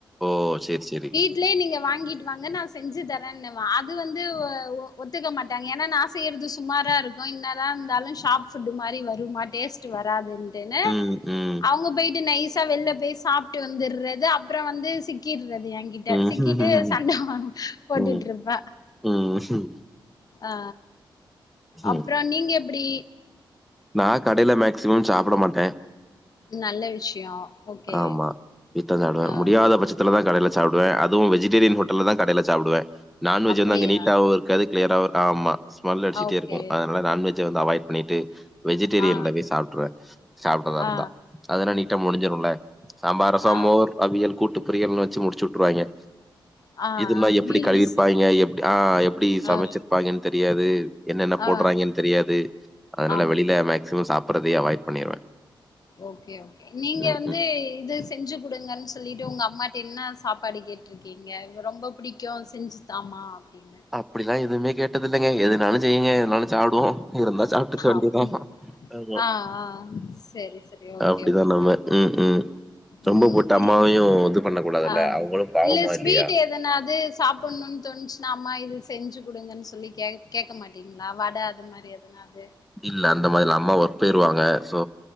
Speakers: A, in the centre; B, on the left (about 50°).
A: ஓ செரி செரி
B: வீட்லே நீங்க வாங்கிட்டு வாங்க நா செஞ்சி தரேன்னுவ அது வந்து ஒ ஒ ஒத்துக்க மாட் டாங்க ஏனா நான் செய்யறது சுமரா இருக்கும் இன்னதான் இருந்தாலும் ஷாப் ஃபுட்டு் மாரி வருமா டேஸ்ட்டு வராதுன் டினு
A: ம் ம்
B: அவங்க போயிட்டு நைஸ் ஸா வெள்ல போய் சாப்ட்டு வந்துறது அப்புறம் வந்து சிக்கிறது என் கிட்ட
A: ம்
B: சிக்கிட்டு சண்ட போட்டுட்டு
A: ம்
B: இருப்ப
A: ம்
B: ஆ அப்றோ
A: ம்
B: நீங்க எப்டி
A: நா கடையில மேக்சிமம் சாப்ட மாட்டே
B: நல்ல விஷயோ ஓகே
A: ஆமா இத்த தடவ
B: ஆ
A: முடியாத பச்சத் த்துலதா கடைல சாப்டுவ அதுவு வெஜிடேரியன் ஹோட்டல்லதா கடைல சாப்டுவ நான்வெஜ்
B: அப்படியா
A: வந்து அங்க நீட்டவோரு காது க்ளியராவு ஆமா ஸ்மெல் அடிச்சிடே
B: ஓகே
A: இருக்கு அதனால நான்வெஜ்ஜ வந்து அவாய்ட் பண்ணிட்டு வெஜிடேரியன்ல
B: ஆ
A: போய் சாப்ட்ருவ சாப்ட்டதா இருந்தா
B: ஆ
A: அததுனா நீட்டா முடிஞ்சிரும்ல சாம்பார் ரசோ
B: ஆ
A: மோர் அவியல் கூட்டு பொரியல்னு வெச்சு முடிச்சுவுட்டுருவாய்ங்க
B: ஆ
A: இதுனா எப்டி
B: மீல்ஸ்
A: கழுவிருப்பாய்ங்க எப்டி ஆ எப்டி சமச்சிருப்பாய்ங்கன்
B: ஆ
A: தெரியாது என்னென்ன
B: ஆ
A: போட்றாய்ங்கன் தெரியாது அதனால
B: ஆமா
A: வெளில மேக்சிமம் சாப்பட்றதயே அவாய்ட் பண்ணிருவே
B: ஓகே ஓகே நீங்க
A: ம்
B: வந்து
A: ம்
B: இது செஞ்சு குடுங்கன் சொல்லிட்டு உங்க அம்மாட்ட என்ன சாப்பாடு கேட்ருக்கீங்க ரொம்ப பிடிக்கு செஞ்சு தாமா அப்டினு
A: அப்டிலா எதுமே கேட்டதில்லங்க எதுனாலு செய்யுங்க எதனாலு சாப்டுவோ இருந்தா சாப்ட்டுக்க வேண்டிதா
B: அப்டி
A: ஆமா
B: ஆ ஆ செரி செரி ஓகே
A: அப்டிதா
B: ஓகே
A: நம்ம ம் ம் ரொம்ப
B: ம்
A: போட்டு
B: இல்
A: அம்மாவையு இது பண்ண கூடாதுல்ல
B: ஆ
A: அவங்களு பாவமா
B: இல்ல ஸ்வீட்டு
A: இல்லையா
B: எதனாது சாப் புன்னு தோன்ச்சுனா அம்மா இது செஞ்சு குடுங்கன் சொல்லி கேக் கேக்க மாட்டீங்ளா வடை அது மா ரி எதுனாது
A: இல்ல அந்த மாரி இல்ல அம்மா ஒர்க் போய்ருவாங்க ஸோ